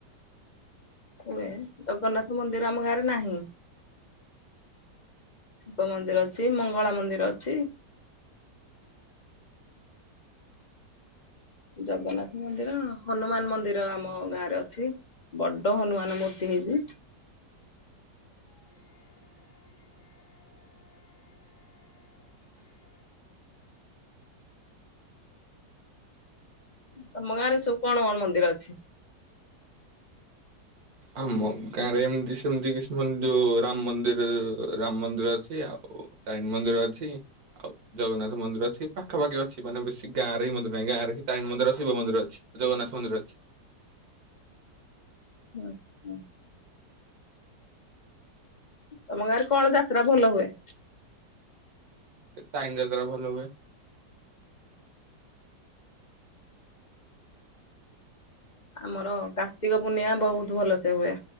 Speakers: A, on the left; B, on the right.
A: ହୁଏ, ଜଗନ୍ନାଥ ମନ୍ଦିର ଆମ ଗାଁରେ ନାହିଁ। ଶିବ ମନ୍ଦିର ଅଛି, ମଙ୍ଗଳା ମନ୍ଦିର ଅଛି। ଜଗନ୍ନାଥ ମନ୍ଦିର, ହନୁମାନ ମନ୍ଦିର ଆମ ଗାଁରେ ଅଛି। ବଡ ହନୁମାନ ମୂର୍ତ୍ତି ହେଇଛି। ତମ ଗାଁ ରେ ସବୁ କଣ କଣ ମନ୍ଦିର ଅଛି?
B: ଆମ ଗାଁରେ ଏମିତି ସେମତି କିଛି ମନ୍ଦ ଯୋଉ ରାମ ମନ୍ଦିର ରାମ ମନ୍ଦିର ଅଛି ଆଉ। ତାରିଣୀ ମନ୍ଦିର ଅଛି ଆଉ ଜଗନ୍ନାଥ ମନ୍ଦିର ଅଛି ଏଇ ପାଖାପାଖି ଅଛି ମାନେ ବେଶୀ ଗାଁ ରେ ବି ମନ୍ଦିର ନାହିଁ ଗାଁ ରେ ସେଇ ତାରିଣୀ ମନ୍ଦିର ଆଉ ଶିବ ମନ୍ଦିର ଅଛି। ଜଗନ୍ନାଥ ମନ୍ଦିର ଅଛି।
A: ହୁଁ ହୁଁ। ତମ ଗାଁରେ କଣ ଯାତ୍ରା ଭଲ ହୁଏ?
B: ତାରିନି ଯାତ୍ରା ଭଲ ହୁଏ।
A: ଆମର କାର୍ତ୍ତିକ ପୂର୍ଣିମା ବହୁତ ଭଲ ସେ ହୁଏ